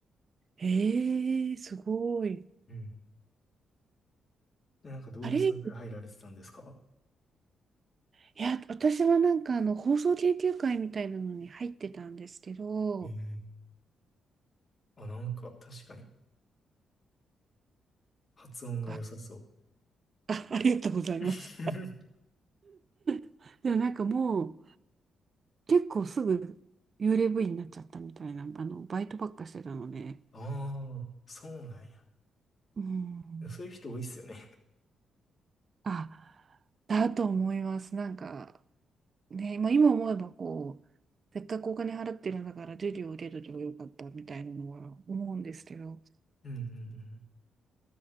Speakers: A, on the right; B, on the left.
A: ええ、すごい。
B: うん。で、なんかどういうサークル入られてたんですか
A: あれいや、私はなんかあの放送研究会みたいなのに入ってたんですけど、
B: ええ。あ、なんか確かに発音が良さそう。
A: あ、あ、ありがとうございます。
B: <laughs>
A: <laughs> でもなんかもう結構すぐ幽霊部員になっちゃったみたいな、あのバイトばっかしてたので、
B: ああ、そうなんや。
A: うん。
B: そういう人多いっすよね。
A: あ、だと思います。なんか、ね、まあ、今思えばこう、せっかくお金払ってるんだから授業を受けとけばよかったみたいなのは思うんですけど、
B: <laughs> うんうんうん。